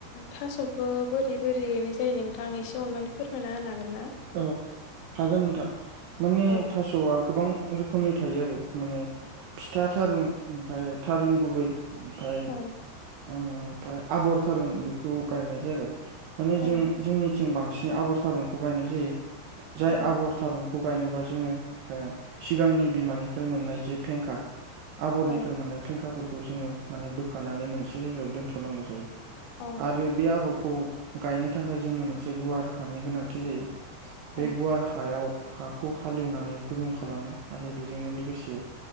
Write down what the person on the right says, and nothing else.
औ हागोन नोंथां माने
थास'आ गोबां रोखोमनि थायो आरो माने फिथा थारुन ओमफ्राय थारुन गुबै ओमफ्राय
ओमफ्राय आबर थारुन बेखौ गायनाय जायो आरो माने
जों जोंनिथिं बांसिनै आबर थारुनखौ गायनाय जायो जाय
आबर थारुनखौ गायनोबा जोङो सिगांनि बिमानिफ्राय मोननाय जे फेंखा आबरनिफ्राय
मोननाय फेंखाफोरखौ जोङो माने बोखानानै मोनसे जायगायाव दोनथ'नांगौ जायो
आरो बे आबरखौ गायनो थाखाय जोंनो मोनसे गुवार हानि गोनांथि जायो
बे गुवार हायाव हाखौ हालेवनानै गुरुं खालामो आरो बेजोंनो लोगोसे